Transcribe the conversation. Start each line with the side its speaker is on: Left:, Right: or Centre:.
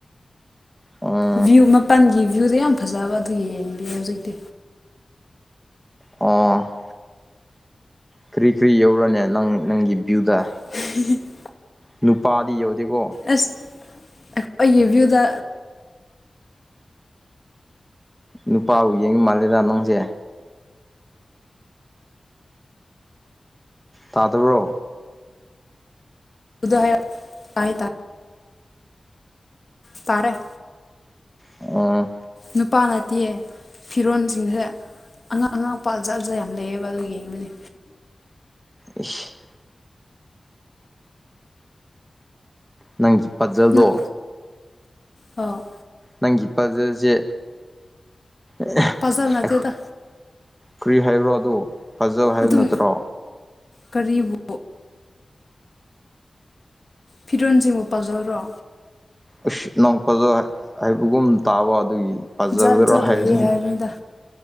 Centre: ꯑꯣ
Left: ꯚ꯭ꯌꯨ ꯃꯄꯜꯒꯤ ꯚ꯭ꯌꯨꯗ ꯌꯥꯝ ꯐꯖꯕ ꯑꯗꯨ ꯌꯦꯡꯕꯤꯑꯦ ꯍꯧꯖꯤꯛꯇꯤ
Centre: ꯑꯣ ꯀꯔꯤ ꯀꯔꯤ ꯌꯧꯔꯅꯦ ꯅꯪ ꯅꯪꯒꯤ ꯚ꯭ꯌꯨꯗ
Left: <unintelligible>
Centre: ꯅꯨꯄꯥꯗꯤ ꯌꯧꯗꯦꯀꯣ
Left: ꯑꯁ ꯑꯩꯒꯤ ꯚ꯭ꯌꯨꯗ
Centre: ꯅꯨꯄꯥꯕꯨ ꯌꯦꯡꯕ ꯃꯥꯜꯂꯦꯗ ꯅꯪꯁꯦ ꯇꯥꯗꯕ꯭ꯔꯣ
Left: ꯎꯗ <unintelligible> ꯍ ꯇꯥꯏ ꯇꯔꯦ ꯇꯥꯔꯦ
Centre: ꯑꯣ
Left: ꯅꯨꯄꯥ ꯅꯠꯇꯤꯌꯦ ꯐꯤꯔꯣꯟꯁꯤꯡꯁꯦ ꯑꯉꯥꯡ ꯑꯉꯥꯡꯄ ꯖꯥꯠ ꯖꯥꯠ ꯌꯥꯝ ꯂꯩꯌꯦꯕ ꯑꯗꯨꯒꯤ ꯌꯦꯡꯕꯅꯦ
Centre: ꯏꯁ ꯅꯪꯒꯤ ꯄꯖꯜꯗꯣ
Left: ꯅꯪ ꯑꯣ
Centre: ꯅꯪꯒꯤ ꯄꯖꯜꯁꯦ ꯑꯩꯈꯣꯏ
Left: ꯄꯥꯖꯜ ꯅꯠꯇꯦꯗ
Centre: ꯀ꯭ꯔꯤ ꯍꯥꯏꯕ꯭ꯔ ꯑꯗꯨ ꯄꯖꯜ ꯍꯥꯏꯕ
Left: ꯑꯗꯨꯝ
Centre: ꯅꯠꯇ꯭ꯔꯣ
Left: ꯀꯔꯤꯕꯨ ꯐꯤꯔꯣꯜꯁꯤꯕꯨ ꯄꯖꯜꯔꯣ
Centre: ꯑꯁ ꯅꯪ ꯄꯖꯜ ꯍꯥꯏꯕꯒꯨꯝ ꯇꯥꯕ ꯑꯗꯨꯒꯤ ꯄꯖꯜꯔꯣ
Left: ꯖꯥꯠ ꯖꯥꯠ
Centre: ꯍꯥꯏꯕꯅꯤ
Left: ꯂꯩꯌꯦ ꯍꯥꯏꯕꯅꯤꯗ